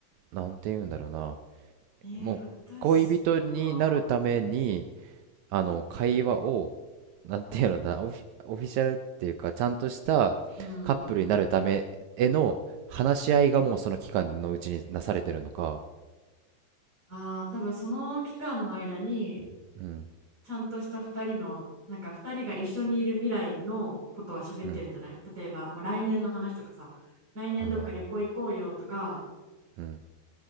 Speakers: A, on the right (about 80°); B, on the right (about 20°).
A: なんて言うんだろうな、
B: えー、
A: もう恋人になるために、
B: 私、あー、
A: あの会話をなんていうのだなオフィ、オフィシャルっていうかちゃんとしたカップルになるためへの話し合いがもうその期間のうちになされてるのか
B: うーん、あー、多分その期間の間に、
A: うん
B: ちゃんとした2人の、なんか2人が一緒にいる未来のことは喋ってるんじゃない例えば、
A: うん
B: もう来年の話とかさ、来年どっか旅行行こうよとか、
A: ああーうん